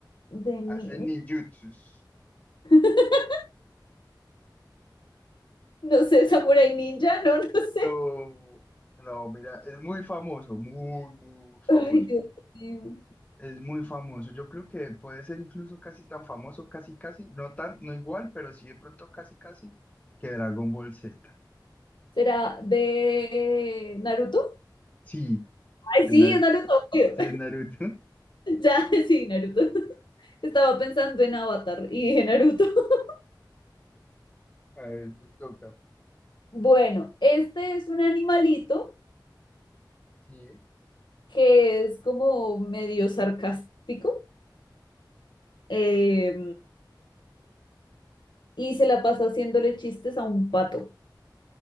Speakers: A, on the left (about 75°); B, on the left (about 20°).
A: De ni...
B: Hacen ninjutsus.
A: <laughs> No sé, Samurai Ninja, no, no sé.
B: no no, mira, es muy famoso, muy, muy famoso.
A: Ay, Dios mío.
B: Es muy famoso. Yo creo que puede ser incluso casi tan famoso, casi, casi, no tan, no igual, pero sí de pronto casi, casi, que Dragon Ball Z.
A: ¿Será de Naruto?
B: Sí,
A: Ay,
B: de,
A: sí,
B: Nar-
A: es Naruto, obvio.
B: sí, de Naruto. <laughs>
A: <laughs> Ya, sí, Naruto. <laughs> Estaba pensando en Avatar y dije Naruto. <laughs>
B: A ver, te toca.
A: Bueno, este es un animalito
B: Sí.
A: que es como medio sarcástico eh, y se la pasa haciéndole chistes a un pato